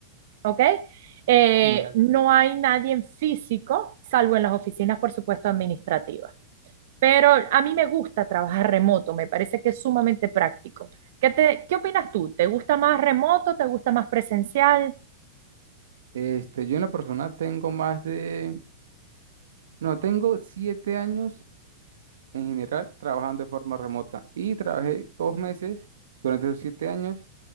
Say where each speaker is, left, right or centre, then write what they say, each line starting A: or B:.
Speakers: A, on the right (about 55°); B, on the right (about 85°).
A: ¿ok? Eh,
B: genial.
A: no hay nadie en físico, salvo en las oficinas, por supuesto, administrativas. Pero a mí me gusta trabajar remoto, me parece que es sumamente práctico. ¿Qué te, qué opinas tú? ¿Te gusta más remoto? ¿Te gusta más presencial?
B: Este, yo en lo personal tengo más de... No, tengo siete años en general trabajando de forma remota y trabajé dos meses durante esos siete años